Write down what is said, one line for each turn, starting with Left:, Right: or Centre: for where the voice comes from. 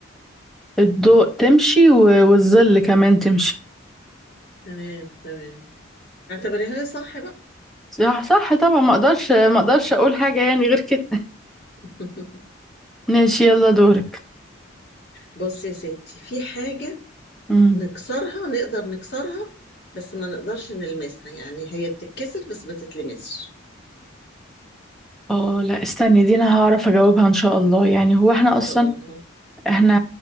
Centre: الضوء تمشي و- والظل كمان تمشي
Left: تمام تمام اعتبريها لي صح بقى
Centre: صح صح طبعا ما اقدرش ما اقدرش اقول حاجة يعني غير كده
Left: <laughs>
Centre: <laughs> ماشي يلا دورك
Left: بص يا ستي في حاجة
Centre: امم
Left: نكسرها نقدر نكسرها بس ما نقدرش نلمسها يعني هي بتتكسر بس ما تتلمسش
Centre: اه لا استني دي انا هعرف اجاوبها ان شاء الله يعني هو احنا اصلا
Left: ان شاء الله
Centre: احنا